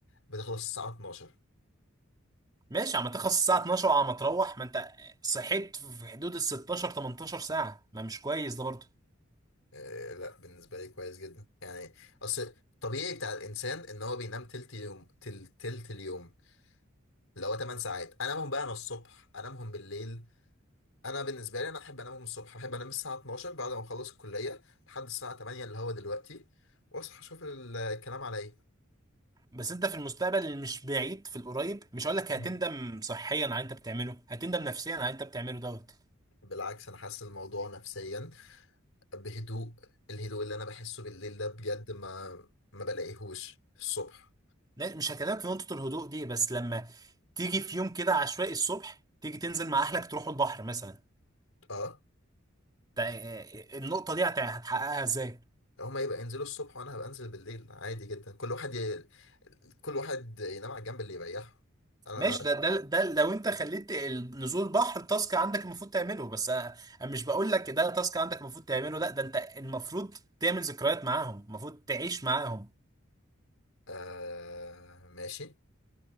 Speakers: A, on the left (about 80°); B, on the right (about 20°).
A: بتخلص الساعة 12
B: ماشي عم تخلص الساعه 12 وعم تروح ما انت صحيت في حدود ال 16 18 ساعه ما مش كويس ده برضه
A: آه لا بالنسبة لي كويس جدا يعني اصل الطبيعي بتاع الانسان ان هو بينام تلت يوم تل تلت اليوم اللي هو 8 ساعات انامهم بقى انا الصبح انامهم بالليل انا بالنسبة لي انا احب انامهم الصبح احب انام الساعة 12 بعد ما اخلص الكلية لحد الساعة 8 اللي هو دلوقتي واصحى اشوف الكلام على ايه
B: بس انت في المستقبل اللي مش بعيد في القريب مش هقول لك
A: مهم.
B: هتندم صحيا على اللي انت بتعمله هتندم نفسيا على اللي انت بتعمله دوت
A: بالعكس انا حاسس الموضوع نفسيا بهدوء الهدوء اللي انا بحسه بالليل ده بجد ما ما بلاقيهوش الصبح
B: لا، مش هكلمك في نقطه الهدوء دي بس لما تيجي في يوم كده عشوائي الصبح تيجي تنزل مع اهلك تروحوا البحر مثلا
A: اه
B: تا- النقطة دي هت- هتحققها ازاي؟
A: هما يبقى ينزلوا الصبح وانا هبقى انزل بالليل عادي جدا كل واحد ي... كل واحد ينام على الجنب اللي يريحه انا
B: ماشي ده ده ده لو انت خليت ال- نزول البحر تاسك عندك المفروض تعمله بس انا أنا مش بقول لك ده تاسك عندك المفروض تعمله لا ده انت المفروض تعمل ذكريات معاهم المفروض تعيش معاهم
A: آه ماشي